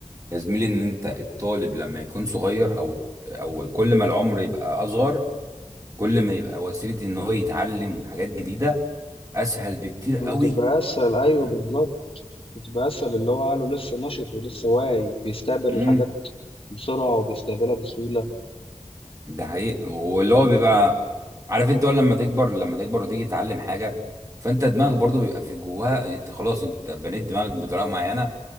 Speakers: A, on the right; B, on the left.
A: يا زميلي ان انت الطالب لما يكون صغير او او كل ما العمر يبقى اصغر كل ما يبقى وسيله ان هو يتعلم حاجات جديده اسهل بكتير قوي
B: بتبقى اسهل ايوه
A: امم
B: بالظبط بتبقى اسهل اللي هو عقله لسه نشط ولسه واعي بيستقبل
A: امم.
B: الحاجات بسرعه وبيستقبلها بسهوله
A: ده حقيقي واللي هو بيبقى عارف انت اول لما تكبر لما تكبر وتيجي تتعلم حاجه فانت دماغك برضو بيبقى في جواها انت خلاص انت بنيت دماغك بطريقه معينه